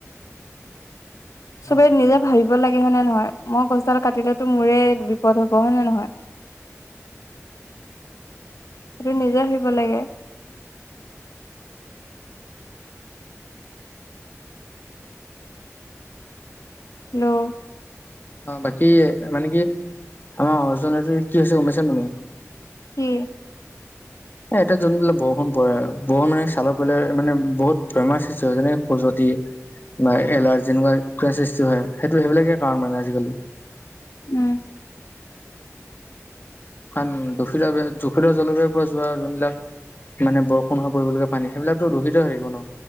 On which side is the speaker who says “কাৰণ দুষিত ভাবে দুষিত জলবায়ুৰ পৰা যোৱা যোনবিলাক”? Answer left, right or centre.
Left